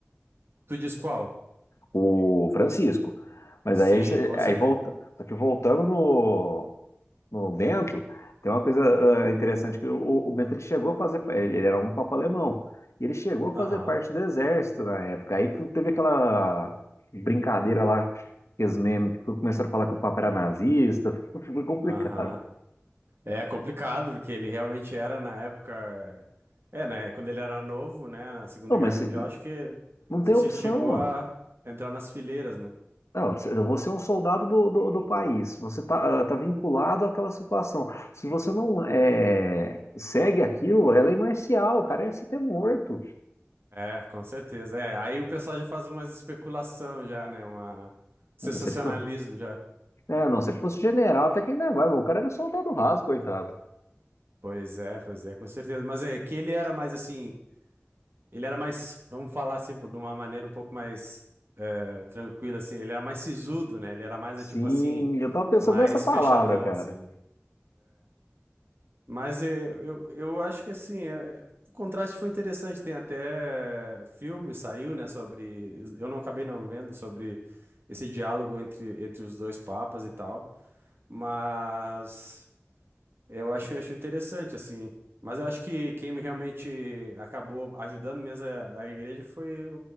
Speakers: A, on the right (about 55°); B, on the left (about 85°).
A: Tu diz qual?
B: o Francisco. Mas
A: Sim,
B: aí, a gente-
A: com
B: aí
A: certeza.
B: volta, só que voltando no, no Bento, tem uma coisa ah, interessante que o, o Bento ele chegou a fazer, ele era um papa alemão, e ele chegou a
A: Aham,
B: fazer parte do exército na época. Aí teve aquela brincadeira lá, aqueles memes que começaram a falar que o papa era nazista, <laughs> foi complicado.
A: aham. É complicado, porque ele realmente era na época. É, é, né? Quando ele era novo, né? Na Segunda
B: Não,
A: Guerra
B: mas
A: Mundial, acho que. Não
B: não tem
A: sei
B: opção,
A: se ele chegou a entrar nas fileiras, né?
B: Não, se- eu vou ser um soldado do, do, do país. Você está tá, ah, tá vinculado àquela situação. Se você não é, segue aquilo, ela é lei marcial. O cara ia se ter morto.
A: É, com certeza. É, aí o pessoal já faz umas especulação já, né? Uma sensacionalismo
B: Ah, Não, se ele for,
A: já.
B: é, não, se ele fosse general, até que ainda vai. Mas o cara era soldado raso, coitado.
A: Pois é, pois é, com certeza. Mas é que ele era mais assim, ele era mais, vamos falar assim, de uma maneira um pouco mais eh, tranquila assim, ele era mais sisudo, né? Ele era mais
B: Sim,
A: eh, tipo assim,
B: eu tava pensando
A: mais
B: nessa palavra,
A: fechadão
B: cara.
A: assim. Mas eu eu, eu acho que assim, eh, o contraste foi interessante. Tem até filme, saiu, né, sobre. Eu não acabei não vendo sobre esse diálogo entre, entre os dois papas e tal. Mas eu acho, eu acho interessante, assim. Mas eu acho que quem realmente acabou ajudando mesmo é a, a igreja foi o,